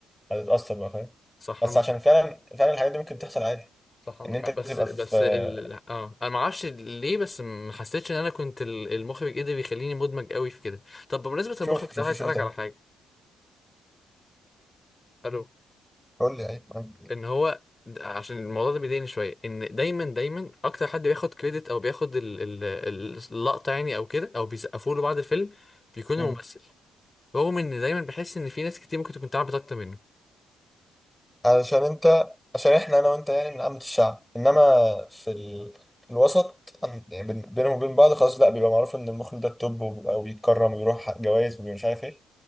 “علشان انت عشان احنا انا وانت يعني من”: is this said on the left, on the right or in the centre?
Centre